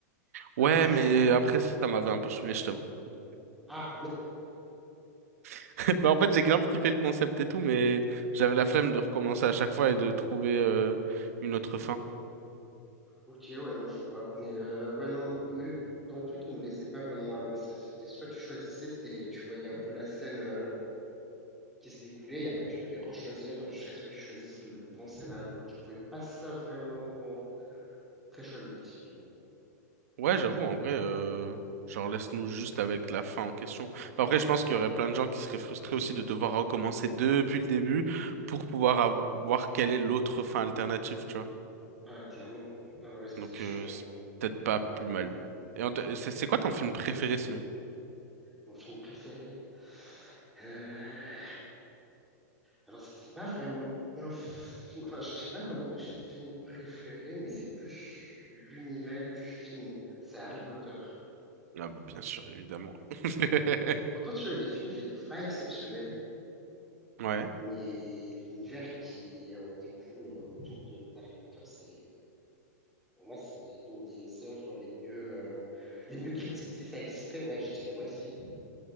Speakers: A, on the right; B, in the centre.
A: Ouais,
B: avancer.
A: mais après ça, ça m'avait un peu saoulé, je t'avoue.
B: Ah,
A: <laughs> Bah, en fait, j'ai grave kiffé le concept et tout, mais j'avais la flemme de recommencer à chaque fois et de trouver euh, une autre fin.
B: Ok, ouais, non, je vois. Mais euh, ouais, non, eux, dans le truc, ils nous laissaient pas vraiment avancer. C'était soit tu choisissais, c'était tu voyais un peu la scène euh, qui se découlait, et après tu devais rechoisir euh, jusqu'à ce que tu choisisses le bon scénario. Donc je trouvais pas ça vraiment très choix multiple, mais bon.
A: Ouais, j'avoue, en vrai, euh, genre laisse-nous juste avec la fin en question. Enfin, Après, je pense qu'il y aurait plein de gens qui seraient frustrés aussi de devoir recommencer depuis le début pour pouvoir avo- voir quelle est l'autre fin alternative, tu vois.
B: Ah Ouais, clairement. Ah ouais, ça
A: Donc,
B: c'est sûr
A: euh,
B: même.
A: c'est peut-être pas plus mal. Et en t- c'est c'est quoi ton film préféré sinon?
B: Mon film préféré. Euh, Alors, c- c'est pas vraiment un film. Enfin, j- j'ai pas vraiment de film préféré, mais c'est plus l'univers du film. C'est Harry Potter.
A: Ah, bah, bien sûr, évidemment. <laughs>
B: Pourtant, tu vois, les films, je les trouve pas exceptionnels,
A: Ouais,
B: mais l'univers qui en découle autour de d'Harry Potter, c'est pour moi, c'est l'une des œuvres les mieux, euh, les mieux crédibles. Si ça existerait, ouais, je dirais, ouais, si,